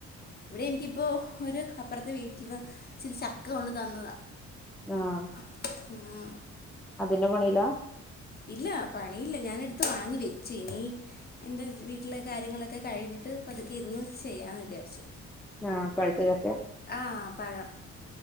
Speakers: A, on the left; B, in the centre.
A: ഇവടെ എനിക്കിപ്പോ ഒര് അപ്പൊറത്തെ വീട്ടിന്ന് ഇച്ചിരി ചക്ക കൊണ്ട് തന്നതാ.
B: ആഹ്.
A: <unintelligible>
B: അത് ന്റെ പണീലാ?
A: ഇല്ല പണീല്ല ഞാനെടുത്ത് വാങ്ങി വെച്ച് ഇനി എൻ്റെ വീട്ടിലെ കാര്യങ്ങളൊക്കെ കഴിഞ്ഞിട്ട് ട്ട് പതുക്കൊയിര്ന്ന് ചെയ്യാന്ന് വിചാര്ച്ച്.
B: ആ പഴുത്ത ചക്ക
A: ആ പഴം,